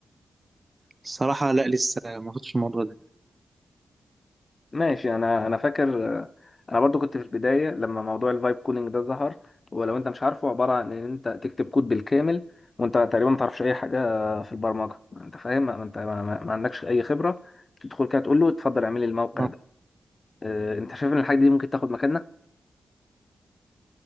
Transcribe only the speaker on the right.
الصراحة لا لسه ما وصلتش الموضوع ده
اه